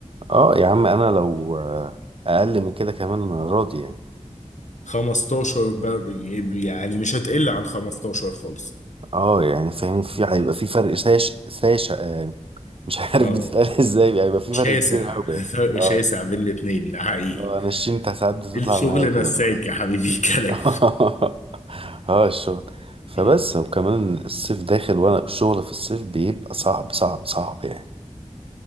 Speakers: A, on the right; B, on the left.
A: اه يا عم انا لو آه، اقل من كده كمان انا راضي يعني
B: 15 ب- يعني مش هتقل عن 15 خالص
A: اه يعني فاهم في هيبقى
B: آه.
A: في فرق ساش ساش آه مش عارف
B: اه
A: بتتقال <laughs> ازاي يعني هيبقى في
B: شاسع
A: فرق كبير قوي
B: <laughs>
A: يعني
B: فرق
A: اه
B: شاسع بين الاتنين ده حقيقي
A: اه انا الشنطة ساعات بتطلع
B: الشغل
A: معايا كده
B: نساك
A: بالغلط
B: يا حبيبي الكلام
A: <laughs> اه الشغل فبس
B: مم.
A: وكمان الصيف داخل وانا الشغل في الصيف بيبقى صعب صعب صعب يعني